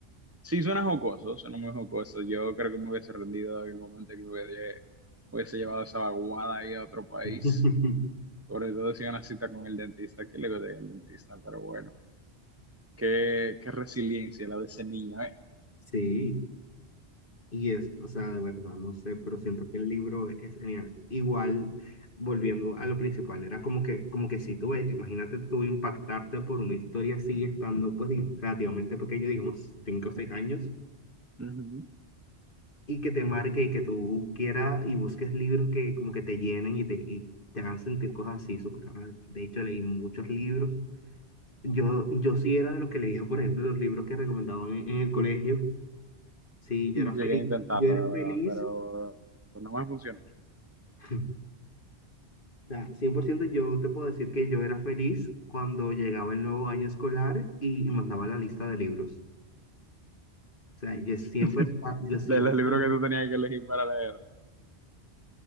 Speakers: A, on the right; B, on the left.
A: Sí, suena jocoso, suena muy jocoso. Yo creo que me hubiese rendido en el momento que me hubiese, hubiese llevado esa vaguada ahí a otro país.
B: <laughs>
A: Sobre todo si una cita con el dentista, que le gustaría el dentista, pero bueno, qué, qué resiliencia la de ese niño, ¿eh?
B: Sí. Y es, o sea, de verdad, no sé, pero siento que el libro es genial. Igual, volviendo a lo principal, era como que, como que si tú, ves, imagínate tú impactarte por una historia así, estando pues di- relativamente pequeño, digamos, cinco o seis años,
A: Ujú.
B: y que te marque y que tú quieras y busques libros que como que te llenen y te, y te hagan sentir cosas así, súper raras. De hecho, leí muchos libros. Yo, yo sí era de los que leía, por ejemplo, los libros que recomendaban en, en el colegio. Sí,
A: Llegué
B: yo era feliz,
A: a intentarlo,
B: yo era
A: la verdad,
B: feliz.
A: pero no me funcionó.
B: <laughs> sea, 100% yo te puedo decir que yo era feliz cuando llegaba el nuevo año escolar y, y mandaba la lista de libros. O sea, yo
A: <laughs>
B: siempre, esta- yo siempre,
A: De los libros
B: <laughs> o
A: que tú tenías que elegir para leer.